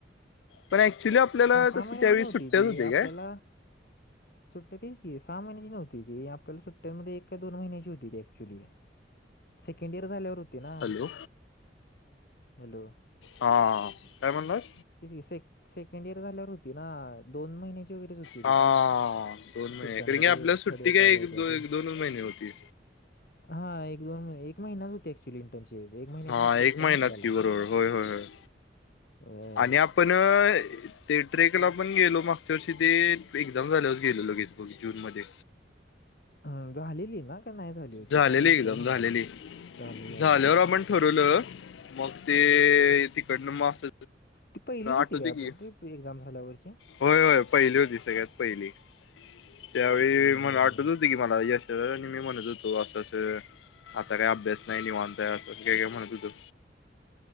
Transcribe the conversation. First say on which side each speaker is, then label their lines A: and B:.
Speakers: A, on the left; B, on the left.
A: पण ऍक्च्युली आपल्याला
B: हा सहा
A: तस
B: महिन्याची
A: त्यावेळी
B: नव्हती
A: सुट्ट्याच
B: ती
A: होते काय?
B: आपल्याला सुट्ट्या तच की सहा महिन्याची नव्हती ती आपल्याला सुट्ट्यांमध्ये एक का दोन महिन्याची होती ती ऍक्च्युली. सेकंड इयर झाल्यावर होती ना
A: हॅलो
B: हॅलो!
A: हा काय म्हणलास?
B: तीच की से सेकंड इयर झाल्यावर होती ना दोन महिन्याची वगैरेच होती रे
A: हा
B: ती
A: दोन महिणे
B: सुट्ट्यांमध्ये
A: आपल्या सुट्टी
B: थर्ड इयर
A: काय
B: चालू
A: एक
B: व्हायच्या
A: दोन
B: आधी
A: दोन दोन महिने होती.
B: हा एक दोन एक महिनाच होते ऍक्च्युली. त्यांची एक महिन्याची
A: हा
B: सुट्टी
A: एक
B: असते
A: महिनाच
B: ना आपल्याला.
A: की बरोबर होय होय होय
B: ए,
A: आणि आपण ते ट्रेक ला पण गेलो मागच्यावर्षी ते एक्झाम झालच गेलो लगेच जून मध्ये.
B: हम्म, झालेली ना का नाही झाली होती
A: झालेली
B: काय आठवना
A: एक्झाम झालेली
B: मला झाले झाले.
A: झाल्यावर आपण ठरवलं मग ते तिकडनं मास्
B: ती पहिलीच होती
A: आठवते
B: काय आपली
A: की.
B: ट्रिप एक्झाम झाल्यावरची
A: होय होय पहिली होती सगळ्यात पहिली. त्यावेळी
B: हम्म
A: मग आठवत होती की मला ऐश्वर्याआणि मी म्हणत होते तो असं अस आता काय अभ्यास नाही निवांत आहे. पण काय काय म्हणत होत